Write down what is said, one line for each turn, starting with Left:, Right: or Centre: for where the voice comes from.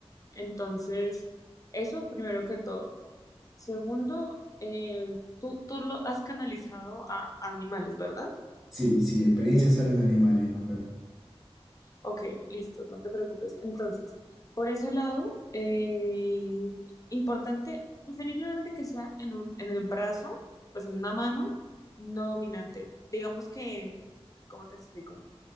Left: Entonces, eso primero que todo. Segundo, eh, tú, tú lo has canalizado a, a animales, ¿verdad?
Centre: Sí, sí, experiencia solo en animales, Mafer.
Left: Ok, listo, no te preocupes. Entonces, por ese lado, eh, importante, preferiblemente que sea en un, en el brazo, pues en una mano no dominante. Digamos que, ¿cómo te lo explico?